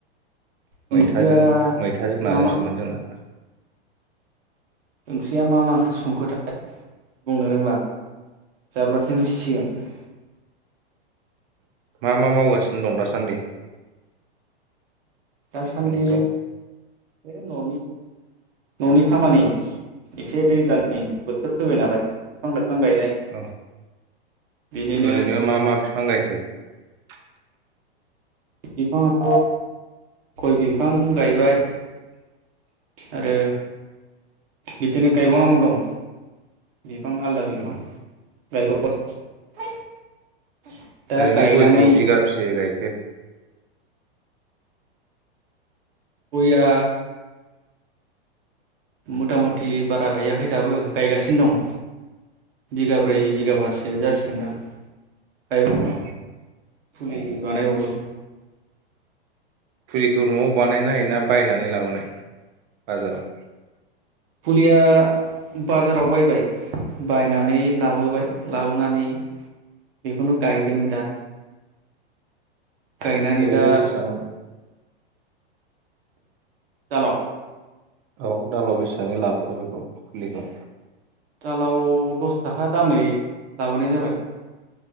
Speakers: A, on the right; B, on the right.
A: ओंख्रिया
B: मैथाजों मैथाजों
A: मा
B: नाजोंसोमोन
A: मा
B: जोंना
A: ओंख्रिया मा मा ओंख्रि संखोथाय बुंनो रोंला जाब्लासो मिथिसिगोन
B: मा मा मावगासिनो दं दासान्दि
A: दासान्दि
B: न'फ्राव
A: बे ननि ननि खामानि एसे दैज्लांनि बोथोर फैबाय नालाय बिफां लाइफां बिफां गायनाय
B: औ
A: बेनिनो
B: ओरैनो मा मा बिफां गायख <unintelligible>
A: बिफाङाथ गय बिफां गायबाय आरो बिदिनो गायबावनांगौ दं बिफां आलदा बिफां
B: उम
A: <unintelligible> दा
B: ओरैनो
A: गायनानै
B: गयखौ बिगाबसे गायखो
A: गया मथा मथि बारा गायाखै दाबो गायगासिनो दं बिगाब्रै बिगााबासो जासिगोनदां गायबावगोन
B: अ
A: फुलि बानायबावदों
B: फुलिखौ नआव बानायनाय ना बायनानै लाबोनाय बाजाराव?
A: फुलिया बाजाराव बायबाय बायनानै लाबोबाय लाबोनानै बेखौनो गायदों दा गायनानै
B: ओरैनो
A: दा
B: बेसेबां
A: दालाव
B: औ दालाव बेसेबां लाबोखो बेखौ फुलिखौ
A: दालाव दस थाखा दामै लाबोनाय जाबाय।